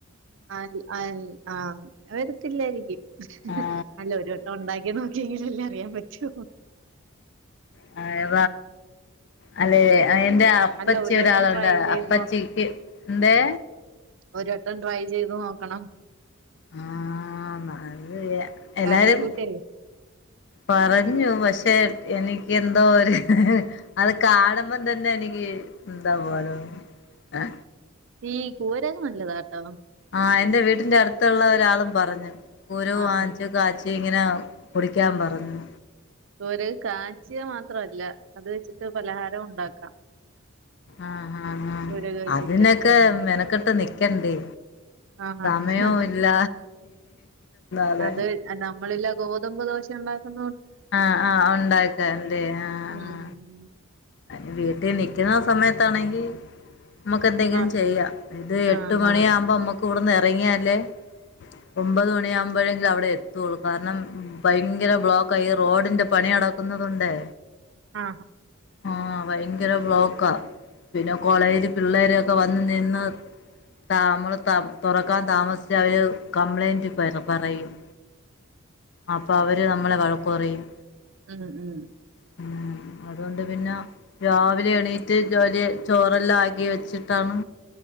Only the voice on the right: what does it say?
അ ആ <unintelligible> വരത്തില്ലായിരിക്കും
അല്ല ഒരു വട്ടം ഉണ്ടാക്കിയ നോക്കിയെങ്കിലല്ലേ അറിയൻ പറ്റോ
അല്ല ഒരു
വട്ടം ട്രൈ ചെയ്ത്
ഒരട്ടം ട്രൈ ചെയ്ത് നോക്കണം
കറിയും കൂട്ടിയല്ലേ
ഓ,
ഈ കൂരക്ക നല്ലതാട്ടോ
ആഹ്
ആഹ്
കുര് കാച്ചിയ മാത്രല്ല അത് വെച്ചിട്ട് പലഹാരം ഉണ്ടാക്കാം
കൂരക് വെച്ചിട്ട്
ഉം
ആഹ്
ആഹ്
അത് നമ്മളല്ല ഗോതമ്പ് ദോശ ഉണ്ടാക്കുന്ന
ഉം.
ആഹ്
ആഹാ
ആ
ഉം ഉം